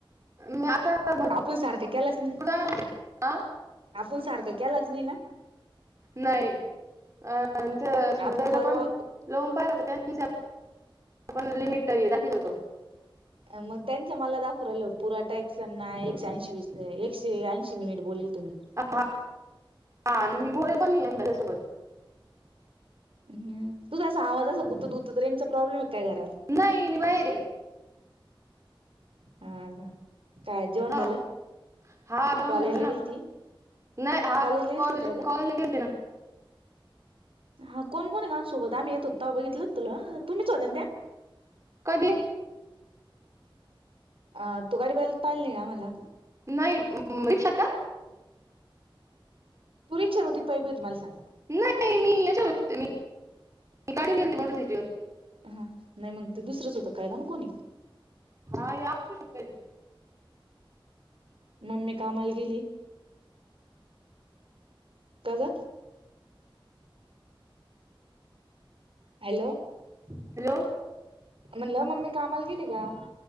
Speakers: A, on the right; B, on the right.
A: मी आता भरपूर
B: आपण सारखं केलाच नाही.
A: जणांना आ
B: आपण सारखं केलाच नाही ना.
A: नाही,, अ त्या सगडायला
B: आपण परवा
A: पणऽ लोन पाहिला होत त्यांच पण लिमिट दाखवीत होतो.
B: मग त्यांचं मला दाखवू आलं पुराटाक्सांना एकशेऐंशी एकशे ऐंशी मिनिट बोलील तुम्ही.
A: आ-आ आणि बोले पण नाही त्याझ्यासोबत.
B: ह तुझा असा आवाज असा गुंतत गुत रेंजचा प्रॉब्लेम आहे का घरात.
A: नही मी बाहेरे.
B: हाहा काय जेवण
A: हा
B: झालं.
A: हा जेवण
B: कॉलेजला
A: झालं ना
B: गेलती
A: नाही हा
B: कॉलेजला गेलती
A: कॉल
B: काय ग?
A: कॉलेजला गेलते ना.
B: हा कोणकोनाय गानसोबत आम्हीे येत होतो तव्हा बघितल तुला तुम्हीच होत्या ना त्या.
A: कधली.
B: अ तू गाडी बैल पाहिल ना का मला.
A: नाही रिक्षा का.
B: पुरीक्षा होती पाय प तुमला साग.
A: नाही मी याच्यात होती मी गाडीने गेलते मोटरसायकलवर.
B: हा नाही मग ते दुसरंच होतं काय गाण ना कोणी.
A: हा याकी शिकतय.
B: मम्मी कामाला गेली का ग. हॅलो.
A: हॅलो.
B: म्हणलं मम्मी कामाला गेली का.